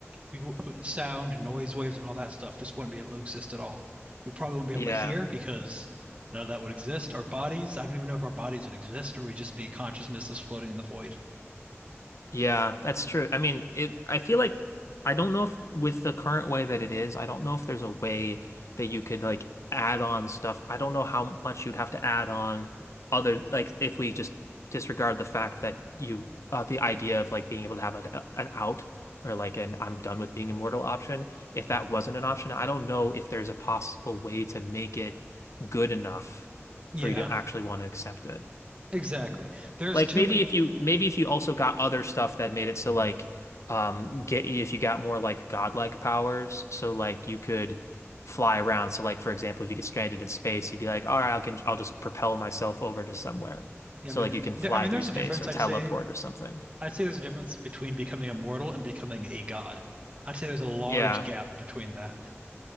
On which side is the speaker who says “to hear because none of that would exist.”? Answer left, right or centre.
Right